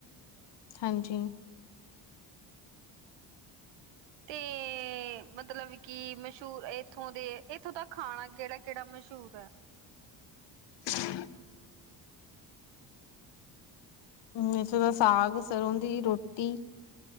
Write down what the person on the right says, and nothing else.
ਤੇ ਮਤਲਬ ਕੀ ਮਸ਼ਹੂਰ ਇੱਥੋਂ ਦੇ ਇੱਥੋਂ ਦਾ ਖਾਣਾ ਕਿਹੜਾ -ਕਿਹੜਾ ਮਸ਼ਹੂਰ ਹੈ?